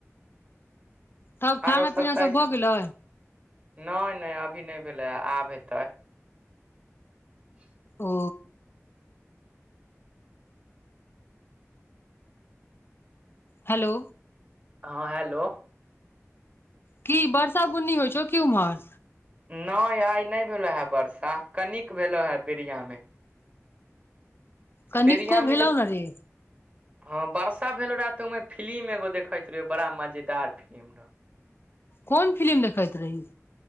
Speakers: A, on the left; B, on the right.
A: तब खाना
B: आरो सब
A: पीना
B: कही,
A: भऽ गेलै
B: नै नै अभी नै भेलै, आब हेतै। <unintelligible>
A: ओ। हेलो।
B: हँ हेलो।
A: की बरसा गुन्नी होइ छौ की उमहर।
B: नहि आइ नहि भेलो हे वर्षा, कनिक भेलो हे बिरियामे।
A: कनिको
B: बेरियामे
A: भेलौ
B: जब
A: ने रे
B: हँ वर्षा भेलो रहै तऽ ओहिमे फिलिम एगो देखैत रहियौ, बड़ा मजेदार फिलिम रहौ।
A: कोन फिलिम देखैत रही।